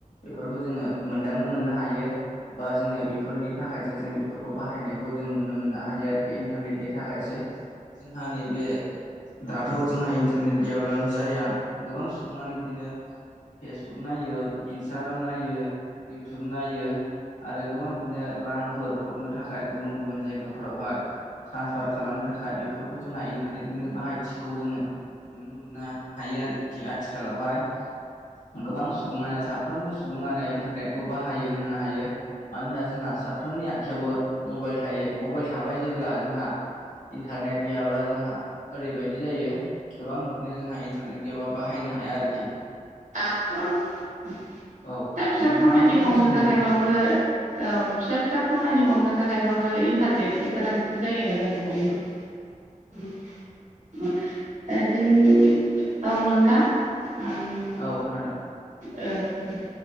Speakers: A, on the left; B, on the right.
A: बेफोरखौ जोङो मोनदांनो मोननो हायो बा जोङो बेफोरनि थाखायसो जों बेफोरखौ बाहायनायखौ जों नुनो मोननो हायो आरोखि इनथारनेटनि थाखायसो जोंहा नैबे दाथ' जोंहा इनथारनेट गैयाब्लानो जाया गोबां सुबुङानो बिदिनो फेसबुक नायो, इन्सथाग्राम नायो, इउथुब नायो आरो गोबां बिदिनो रांफोर हरनो थाखाय गुबुन गुबुन जायगाफोरावहाय ट्रान्सफार खालामनो थाखाय बेफोरखौ जोंहा इन्टारनेटनिनो बाहायथिखौ जोङो नुनो मोना हायो आरोखि आथिखालावहाय गोबां सुबुङानो साफ्रोमबो सुबुङानो इन्टारनेटखौ बाहायो होननो हायो मानोना जोंहा साफ्रोमनि आखयावबो मबाइल थायो मबाइल थाबाय जेब्ला जोंहा इन्टारनेट गैयाब्ला जोंहा ओरैबायदि जायो गोबां बिदिनो जोंहा इन्टारनेट गैयाबा बाहायनो हाया आरोखि
B: औ औ
A: औ
B: फिसा
A: नोंथाङाबो
B: खामानि
A: फंनैसो
B: मावनो
A: बुंदों
B: थाखायबाबो
A: नामा
B: औ फिसा फिसा खामानि मावनो थाखायबाबो इन्टारनेटनि गोनांथि जायो आजिखालि
A: <inaudible>
B: जोंनि औ नोंथां आं <unintelligible>
A: औ खोनादों
B: औ औ